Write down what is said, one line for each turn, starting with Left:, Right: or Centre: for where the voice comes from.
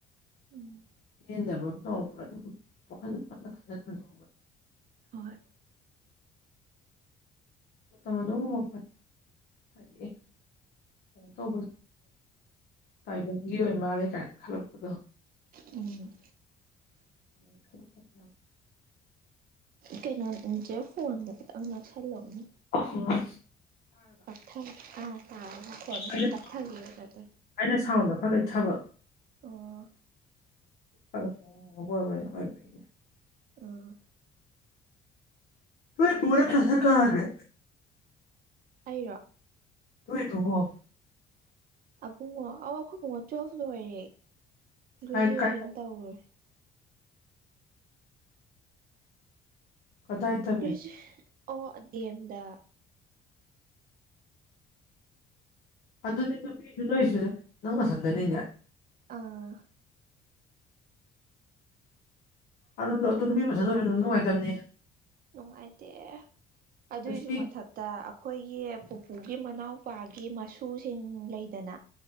Right: ꯎꯝ
Left: ꯄꯦꯟꯗꯕ ꯑꯃ ꯇꯧꯔꯛꯄ꯭ꯔꯥ ꯑꯗꯨꯝ ꯋꯈꯟꯗ ꯄꯪꯗꯟ ꯈꯟꯖꯤꯟꯕꯗꫭ
Right: ꯍꯣꯏ
Left: ꯃꯇꯝ ꯑꯗꯨꯝ ꯉꯝꯃꯛꯄꯅꯦ ꯍꯥꯏꯗꯤ ꯇꯧꯕꯕ ꯇꯥꯏꯕꯪꯒꯤ ꯑꯣꯏ ꯃꯥꯜꯂꯦ ꯀꯥꯏꯅ ꯈꯜꯂꯛꯄꯗꯣ
Right: ꯎꯨꯝ
Left: <inaudible>
Right: ꯀꯩꯅꯣꯗꯨ ꯆꯦ ꯐꯣꯟꯗꯣ ꯈꯤꯇꯪ ꯅꯛꯁꯜꯂꯨꯅꯦ
Left: ꯎꯨꯝ
Right: ꯇꯥꯟꯊꯥ ꯑꯥ ꯇꯥꯔꯦ ꯅꯈꫭꯟꯗꫭ
Left: ꯑꯩꯅ
Right: ꯁꯨꯝ ꯇꯥꯞꯊꯥꯒꯤꯕꯩ ꯇꯋꯥꯞꯇꯥ ꯊꯧꯋꯤ
Left: ꯑꯩꯅ ꯁꯥꯎꯟꯗꯣ ꯈꯔ ꯂꯩꯊꯕ
Right: ꯑꯣ
Left: ꯑ ꯑꯣꯏꯕꯅꯤ ꯑꯣꯏꯕꯅꯤ
Right: ꯑꫭ
Left: ꯅꫭꯏꯄꯨ ꯅꯠꯇꯔꫭ ꯁ꯭ꯔꯀ꯭ꯔꯥꯖꯦ
Right: ꯑꯩꯔꯣ
Left: ꯅꫭꯏ ꯑꯕꯨꯡꯉꫭ
Right: ꯑꯕꯨꯡꯉꯣ ꯑꯥꯎ ꯑꯩꯈꯣꯏ ꯑꯕꯨꯡꯉꫭ ꯇꯨꯋꯦꯜꯐ ꯂꫭꯏꯔꯦ ꯒ꯭ꯔꯦꯖꯨꯑꯦꯁꯟ
Left: ꯀꯥꯏ ꯀꯥꯏ
Right: ꯇꯧꯔꯦ
Left: ꯀꯗꯥꯥꯏꯗ
Right: ꯒ꯭ꯔꯦꯖꯨꯁꯟ ꯑꯣ ꯗꯤ ꯑꯦꯝꯗ
Left: ꯑꯗꯨꯗꯤꯗꯨ ꯅꯨꯄꯤꯁꯨ ꯅꫭꯏꯁꯨ ꯅꯪꯅ ꯅꯊꯠꯗꯅꯤꯅꯦ
Right: ꯑꯥ
Left: ꯑꯗꯨ ꯅꯨꯄꯤ ꯃꯁꯟ ꯑꯣꯏꯕꯗꯨ ꯅꯨꯡꯗꯤ ꯅꯨꯡꯉꯥꯏꯇꯕꯅꯤ
Right: ꯅꯨꯡꯉꯥꯏꯇꯦ ꯑꯗꯨꯏꯁꯨ
Left: ꯑꯁꯤ
Right: ꯃꯊꯟ ꯇ ꯑꯩꯈꯣꯏꯒꯤ ꯄꯨꯄꯨꯒꯤ ꯃꯅꯥꯎꯄꯥꯒꯤ ꯃꯁꯨꯁꯤꯡ ꯂꯩꯗꯅ